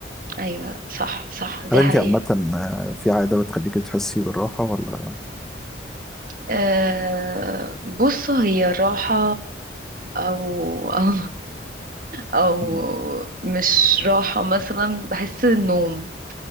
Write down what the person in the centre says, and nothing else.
هل انت
عامة آه، في عادة بتخليكي تحسي بالراحة ولا؟
مم.